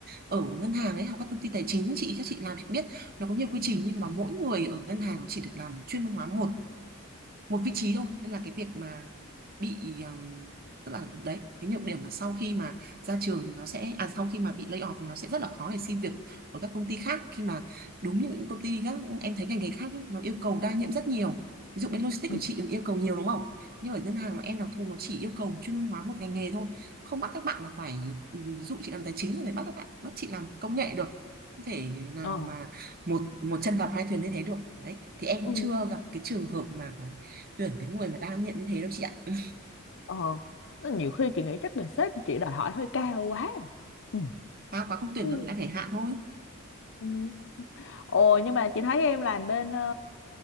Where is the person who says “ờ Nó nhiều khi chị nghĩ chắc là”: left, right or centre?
Left